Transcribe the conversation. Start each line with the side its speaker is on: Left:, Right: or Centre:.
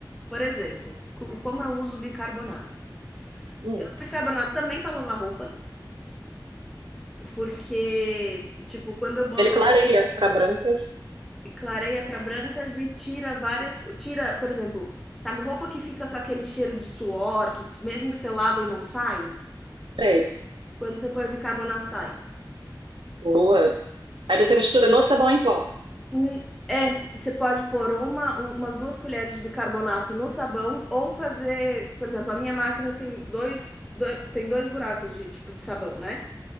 Centre: por exemplo, co- como eu uso bicarbonato?
Right: Hum,
Centre: Eu uso bicarbonato também para lavar roupa, porque, tipo, quando eu boto
Right: ele clareia para branca.
Centre: clareia para brancas e tira várias, co- tira, por exemplo, sabe, roupa que fica com aquele cheiro de suor, que mesmo que você lave e não sai,
Right: Sei,
Centre: quando você põe bicarbonato sai.
Right: boa. Aí você mistura no sabão em pó.
Centre: Hum, É, você pode pôr uma, um- umas duas colheres de bicarbonato no sabão ou fazer, por exemplo, a minha máquina tem dois, dois- tem dois buracos de tipo de sabão, né?